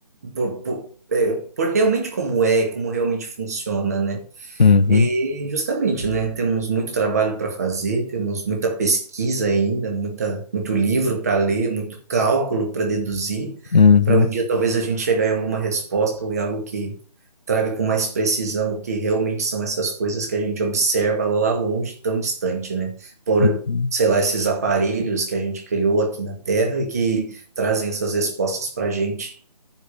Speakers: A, on the right (about 25°); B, on the left (about 80°).
A: por, por, é, por realmente como é, como realmente funciona, né?
B: uhum,
A: E justamente, né, temos muito trabalho para fazer, temos muita pesquisa ainda, muita, muito livro para ler, muito cálculo para deduzir,
B: uhum,
A: para um dia talvez a gente chegar em alguma resposta ou em algo que traga com mais precisão o que realmente são essas coisas que a gente observa lá longe, tão distante, né? Por,
B: uhum.
A: sei lá, esses aparelhos que a gente criou aqui na Terra e que trazem essas respostas para a gente